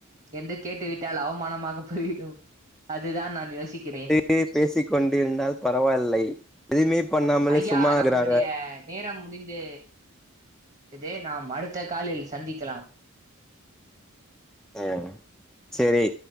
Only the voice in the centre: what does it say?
இப்டியே பேசிக்கொண்டிருந்தால் பரவா இல்லை எதுவுமே பண்ணாமலே
சும்மாயிருறாங்க
அ சேரி